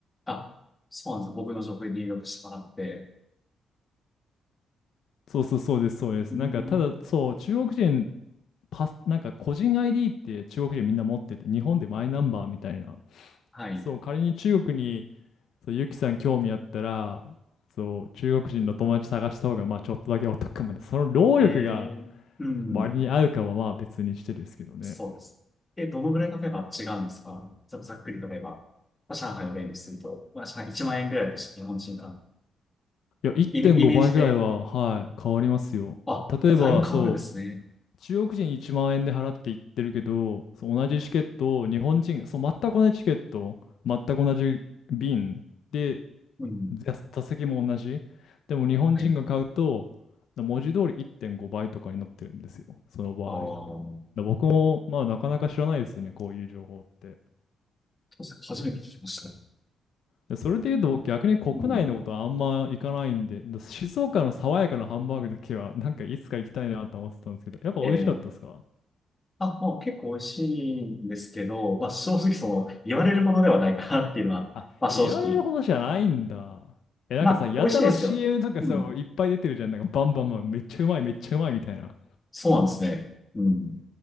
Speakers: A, on the left (about 20°); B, on the left (about 70°).
A: あ、そうなんです僕の情報で入力してもらって。
B: そうそうそうです、そうです。
A: うん。
B: なんかただそう、中国人パス、なんか個人 ID って中国人みんな持ってて、日本でマイナンバーみたいな。
A: はい。
B: そう、仮に中国にそう、ゆきさん興味あったら、そう、中国人の友達探した方が、まあ、ちょっとだけお得かもね。その労力が
A: えー、うん、
B: 割に合うかは、まあ、別にしてですけどね。
A: そうです。え、どのぐらいのメば違うんですかざざっくりと言えば、まあ、上海を例にすると、まあ、上海1万円ぐらいとして日本人が、
B: いや、1.5倍ぐらいは、
A: イメ、イメージで、
B: はい、変わりますよ。
A: あ、
B: 例えば、
A: だいぶ変わるんですね。
B: そう、中国人1万円で払って行ってるけど、そう、同じチケットを日本人、そう、全く同じチケット、全く同じ便で、
A: うん。
B: 座座席も同じ。でも、日本人が買うと、
A: はい。
B: 文字通り1.5倍とかになってるんですよ。その場合。
A: ああ、そ
B: だ僕も、まあ、なかなか知らないですよね、こういう情報って。
A: うですね初めて聞きました。
B: でそれで言うと、僕逆に国内のことはあんま行かないんで、
A: うん。
B: だ静岡の爽やかなハンバーグだけは、なんかいつか行きたいなと思ってたんですけど、やっぱ美味しかったですか
A: えー、あ、まあ、結構美味しいんですけど、まあ、正直その、言われるほどではないかなっていうのは、
B: あ、
A: まあ、正直
B: 言われるほどじゃないんだ。え、なんかさ、
A: まあ、
B: やたら
A: 美味しいですよ。
B: CM とかさ、
A: うん。
B: いっぱい出てるじゃん。なんかバンバンバン、めっちゃうまい、めっちゃうまいみたいな。
A: そうなんですね。うん。